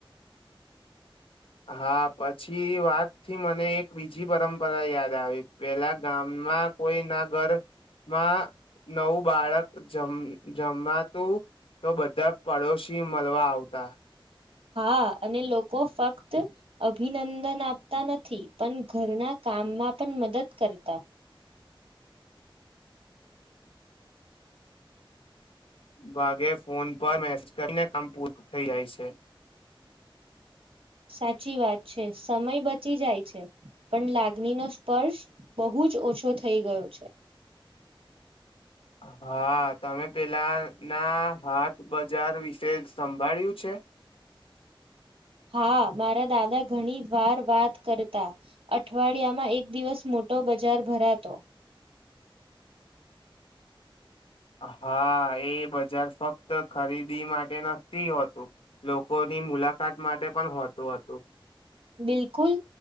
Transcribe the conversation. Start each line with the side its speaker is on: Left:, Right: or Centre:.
Left: હા પછી વાતથી મને એક બીજી પરંપરા યાદ આવી પેલા ગામમાં કોઈ ના ઘરમાં નવું બાળક જમ જમવાતું તો બધા પડોશી મળવા આવતા
Right: હા અને લોકો ફક્ત અભિનંદન આપતા નથી પણ ઘરના કામમાં પણ મદદ કરતા
Left: ભાગે ફોન પર મેસેજ કરીને કામ પૂરું થઈ જાય છે
Right: સાચી વાત છે સમય બચી જાય છે પણ લાગણી નો સ્પર્શ બહુ જ ઓછો થઈ ગયો છે
Left: હા તમે પેલાના હાથ બજાર વિશે સંભાળ્યું છે
Right: હા મારા દાદા ઘણી વાર વાત કરતા અઠવાડિયામાં એક દિવસ મોટો બજાર ભરાતો
Left: હા એ બજાર ફક્ત ખરીદી માટે નથીતી હોતું લોકોની મુલાકાત માટે પણ હોતું હતું
Right: બિલકુલ